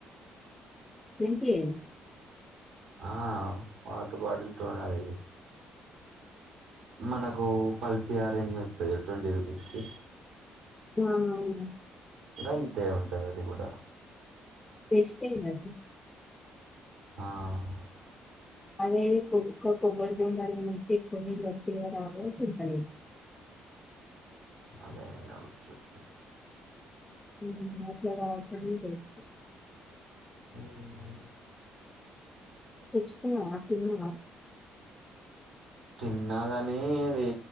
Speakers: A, on the left; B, on the right.
A: ట్వంటీ యేనా
B: ఆ ఆ.. పా కు బాటిల్ టు అది మనకూ పల్పి ఆరేంజ్ వస్తది ట్వంటి రూపీస్కి,
A: మనం
B: గంతె ఉంటది, అది గుడా
A: వేస్ట్ చెయ్యం గద
B: ఆ మ్
A: అదై సుక్కకు, గొంతు నిండ ముద్దిచ్కొని, నీళ్లు వొగ్గెయ్ రావోయ్ సుక్కలి
B: అదే అవ్వచ్చు. హు
A: హుం నువ్ మాట్లడె అవసరం వేస్టు
B: హుం ఆ
A: తెచ్చుకున్నవ, తిన్నవ,
B: తిన్న గానీ, అది